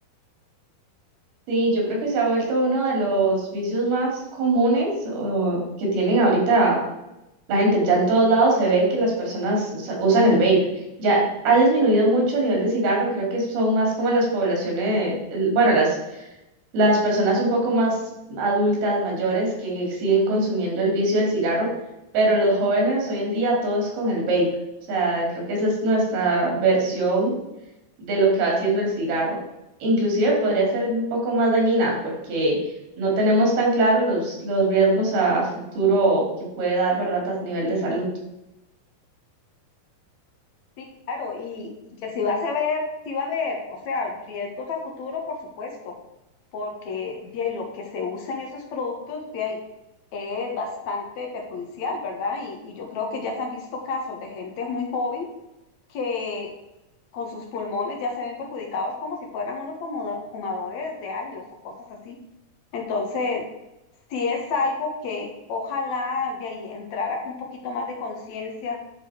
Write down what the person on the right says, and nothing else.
Sí, yo creo que se ha vuelto uno de los vicios más comunes o, que tienen ahorita La gente ya en todos lados se ve que las personas usa- usan el vape. Ya ha disminuido mucho a nivel de cigarro. Creo que son más como las poblaciones, el- bueno, las, las personas un poco más adultas, mayores, que siguen consumiendo el vicio del cigarro. Pero los jóvenes hoy en día todo es con el vape. O sea, creo que esa es nuestra versión de lo que va haciendo el cigarro. Inclusive podría ser un poco más dañina porque no tenemos tan claro los, los riesgos a futuro que puede dar, ¿verdad?, a nivel de salud.